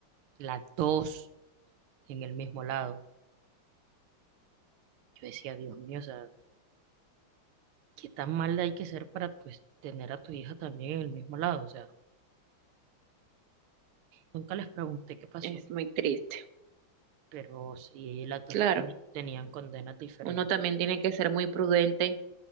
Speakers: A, on the right; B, on the right.
A: las dos en el mismo lado. Yo decía, Dios mío, o sea, qué tan mal hay que ser para pues tener a tu hija también en el mismo lado. O sea, nunca les pregunté qué pasó,
B: Es muy triste.
A: pero sí las dos
B: Claro,
A: teni- tenían condenas diferentes.
B: uno también tiene que ser muy prudente.